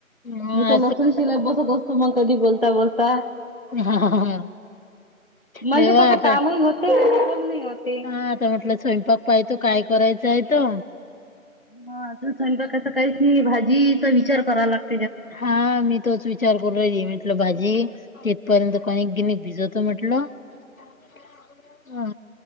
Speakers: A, on the left; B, on the left.
A: ह.
B: मी तर लसूण शिलाई बसत असतो मग कधी बोलता बोलता.
A: हा
B: म्हणजे
A: लय वा
B: कस
A: आता
B: कामही होते. होते
A: हा आता म्हटलं स्वयंपाक पाह तो काय करायचं आहे त.
B: ह तर स्वयंपाकाच काहीच नाही भाजीचा विचार करा लागत.
A: हा मी तोच विचार करू रा म्हटलं भाजी पर्यंत कणीक गिनीक भिजतो म्हटल अ